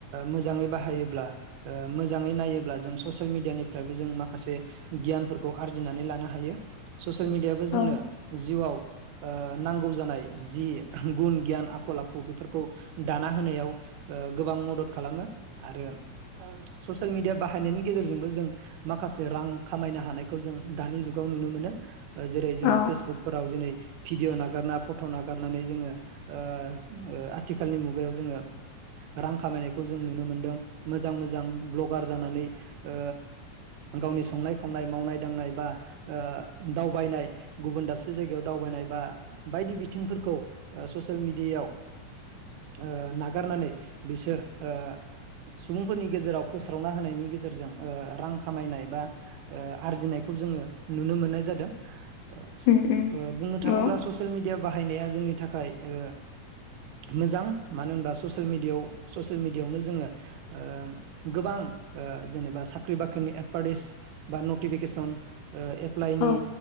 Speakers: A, on the right; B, on the left.
A: मोजाङै बाहायो ल्बा ओ मोजाङै नायोब्ला जों ससेल मिदियानि फ्रायबो जों माखासे गियानफोरखौ आरजिनानै लानो हायो। ससियेल मिडियाबो जोंनो
B: औ
A: जिउआव ओ नांगौ जानाय जि गुन गियान आखल आखु बेफोरखौ दाना होनायाव ओ गोबां मदद खालामो आरो ससियेल मिदिया बाहायनायनि गेजेरजोंबो जों माखासे रां खामायनो हानायखौ जों दानि जुगाव नुनो मोनो। जेरै जों
B: औ
A: फेसबुकफोराव जेरै भिडिअ नागारना फट नागारनानै जोङो ओ ओ आथिखालनि मुगायाव जोङो रां खामायनायखौ जों नुनो मोनदों मोजां मोजां भ्लगार जानानै ओ गावनि संनाय खावनाय मावनाय दांनाय बा ओ दावबायनाय गुबुन दाबसे जायगायाव दावबायनाय बा बायदि बिथिंफोरखौ ओ ससियेल मिडियाआव ओ नागारनानै बिसोर ओ सुबुंफोरनि गेजेराव फोस्रावना होनायनि गेजेरजों ओ रां खामायनाय बा ओ आरजिनायखौ जोङो नुनो मोननाय जादों। <unintelligible>
B: उम उम
A: ओ बुंनो थाङोब्ला
B: औ
A: ससियेल मिडिया बाहायनाया जोंनि थाखाय ओ मोजां मानो होनबा ससेल मिडियाव ससियेल मिडियायावनो जोङो ओ गोबां ओ जेनोबा सा ख्रि बाख्रिनि एडभारटिस बा नतिफिकेसन ओ एप्लाइनि
B: औ